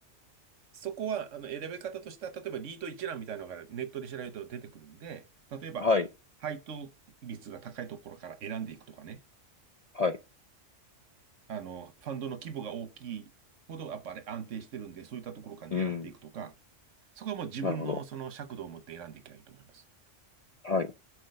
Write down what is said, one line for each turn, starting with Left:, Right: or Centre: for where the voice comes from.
Right: そこは、あの、選べ方としては、例えばリート一覧みたいなのがネットで調べると出てくるんで、例えば、
Left: はい、
Right: 配当率が高いところから選んでいくとかね、
Left: はい。
Right: あの、ファンドの規模が大きいほど、やっぱり安定してるんで、そういったところから狙っていくとか、
Left: うん、
Right: そこはもう自分のその尺度を持って選んでいけばいいと思います。
Left: なるほど。はい、